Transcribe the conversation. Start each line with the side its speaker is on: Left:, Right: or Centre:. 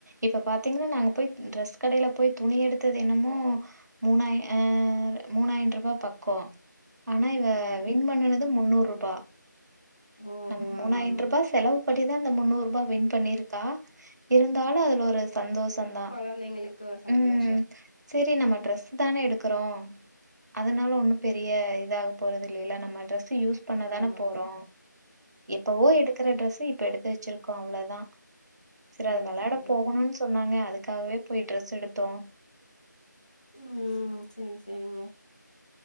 Right: இப்ப பாத்தீங்ன்னா நாங்க போய் ட்ரெஸ் கடையில போய் துணி எடுத்தது என்னமோ மூணாயிர ஆ மூணாயின்ரூபா பக்கோ ஆனா இவ
Left: ம்
Right: வின் பண்ணுனது முன்னூரூபா
Left: ஓ
Right: நம்ம மூணாயிரன்
Left: ஆமா ஆமா
Right: ரூபா செலவு படிதா அந்த முன்னூரூபா வின் பண்ணிருக் கா இருந்தாலு அதுல ஒரு சந்தோஷந்தா
Left: கொழந்தைங்களுக்கு ஒரு சந்தோஷோ
Right: ம் செரி நம்ம ட்ரெஸ் தானே எடுக் குரோ அதனால ஒன்னு பெரிய இதாக போறது இல்லைல நம்ம ட்ரெஸ் யூஸ் பண்ணதானே
Left: ஆமா
Right: போறோ
Left: ஆமா
Right: எப்பவோ எடுக்கிற டிரெஸூ இப்ப எடுத்து வச்சிருக்கோ அவ்ளோத செரி
Left: சேரி
Right: அதுக வெளாட
Left: சேரிங்க
Right: போகணுன்னு சொன்னாங்க அதுக்காகவே போய் ட்ரெஸ் எடுத்தோ
Left: ம் செரி செரிங்க